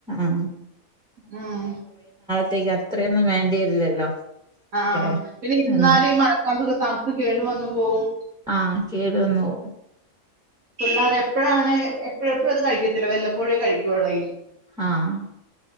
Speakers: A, in the centre; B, on the right (about 75°).
A: ആ
B: ഉം
A: ത്തേക്ക് അത്രയൊന്നും വേണ്ടിവരില്ലല്ലോ
B: ആഹ്
A: ഏ
B: പിന്നെ ഇരുന്നാലും
A: ഉം
B: ഈ മഴക്കാലത്ത് തണുത്ത് കേട് വന്നും പോകും
A: ആഹ് കേടുവന്ന് പോവും
B: പിള്ളാര് എപ്പഴാണ് എപ്പഴും എപ്പോഴും അത് കഴിക്കത്തില്ല വെല്ലപ്പോഴുവെ കഴിക്കുവുള്ളയി
A: ആഹ്